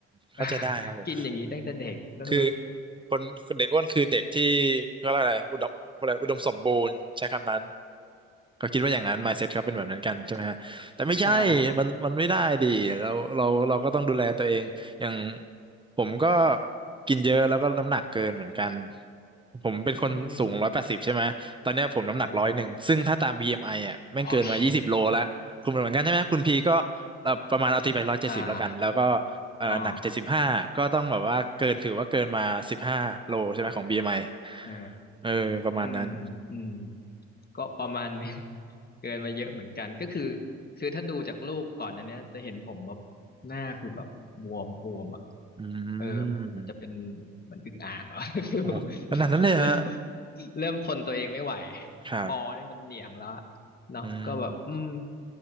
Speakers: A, on the right; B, on the left.
A: เข้าใจได้ครับผม
B: <laughs> กินอย่างนี้ตั้งแต่เด็กเออ
A: คือคนคนเด็กอ้วนคือเด็กที่เขาเรียกอะไรอุดมอะไร อุดมสมบูรณ์ใช้คำนั้น ก็คิดว่าอย่างนั้น mindset เขาเป็นแบบนั้นกันใช่ไหมฮะแต่ไม่ใช่มันมันไม่ได้ดิเราเราเราก็ต้องดูแลตัวเองอย่าง
B: <laughs> ใช่
A: ผมก็กินเยอะแล้วก็น้ำหนักเกินเหมือนกันผมเป็นคนสูงร้อยแปดสิบใช่ไหมตอนเนี้ยผมน้ำหนักร้อยหนึ่งซึ่งถ้าตาม
B: อืมโอ้
A: BMI อมไออ่ะแม่งเกินมายี่สิบโลแล้วคุณเป็นเหมือนกันใช่ไหมคุณพีก็
B: โอเค
A: เอ่อประมาณเอาตีไปร้อยเจ็ดสิบแล้วกันแล้วก็
B: อ่า
A: เอ่อหนักเจ็ดสิบห้าก็ต้องแบบว่าเกินถือว่าเกินมาสิบห้าโลใช่ไหมของบีเอ็มไอ
B: อ๋อเออ
A: เออประมาณนั้น
B: อืมอืมก็ประมาณนึง <laughs> เกินมาเยอะเหมือนกันก็คือคือถ้าดูจากรูปก่อนอันเนี้ยจะเห็นผมแบบหน้าคือแบบบวมบวมอ่ะ
A: อื
B: เออมันมันจะเป็น
A: ม
B: มันอึ่งอ่างเหรอ <laughs> คือ
A: โอ้โหขนาดนั้นเลยฮะ
B: เริ่มเริ่มทนตัวเองไม่ไหว
A: ครับ
B: คอนี่มันเหนียงแล้วอะเนาะก็แบบอืม
A: อืม